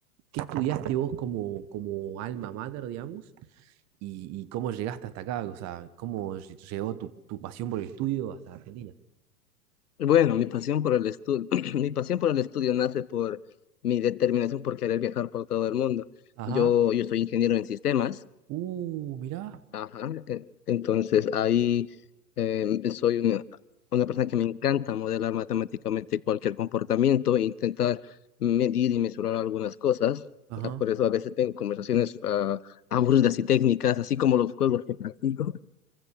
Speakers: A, on the right; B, on the left.
A: qué estudiaste vos como, como alma mater, digamos? Y, y cómo llegaste hasta acá? O sea, ¿cómo lle- llegó tu, tu pasión por el estudio hasta Argentina?
B: Bueno, mi pasión por el estudio, <clears throat> mi pasión por el estudio nace por mi determinación por querer viajar por todo el mundo.
A: Ajá.
B: Yo, yo soy ingeniero en sistemas,
A: Uh, mirá.
B: ajá, e- entonces ahí eh, soy una, una persona que me encanta modelar matemáticamente cualquier comportamiento, e intentar medir y mesurar algunas cosas.
A: Ajá.
B: Ah, Por eso a veces tengo conversaciones ah, aburridas y técnicas, así como los juegos que practico.